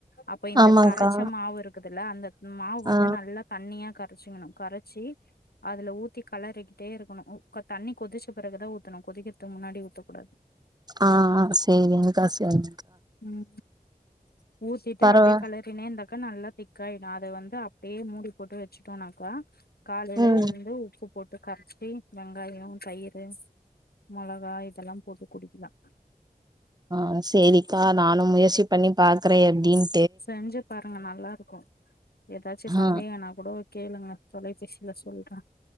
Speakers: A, on the left; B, on the right.
A: இப்ப இந்த
B: ஆமாங்க்கா
A: கரச்ச மாவு இருக்குதுல்ல அந்த மாவு வந்து
B: ஆ
A: நல்லா தண்ணியா க ரச்சிக்கணு கரச்சி அதுல ஊத்தி கலறக்கிட்டே இருக்கணு தண்ணி கொதிச்ச பெறகுதா ஊத்தணு கொதிக்கற்துக்கு முன்னாடி ஊத்தக்கூடாது
B: ஆஹ் அ சரிங்கக்க சர்
A: உம் ஊத்திட்டு
B: பரவா
A: அப்டியே களறினேந்தா க்க நல்லா திக்காயிடு அத வந்து அப்படியே மூடி போட்டு வச்சுட்டோனாக்கா காலையில
B: ம்
A: எழுந்து உப்பு போட் டு கரச்சி வெங்காயம் தயிர் மொளகா இதெல்லாம் போட்டு குடிக்கலா
B: ஆஹ் சரிக்கா நானு முயற்சி பண்ணி பாக்குறே எப்டின்
A: செஞ்சு பாருங்க நல்லா இருக்கு எதாச்சு சந்தேகனா
B: ஆ
A: கூட கேளுங்க தொலைபேசியில சொல்ற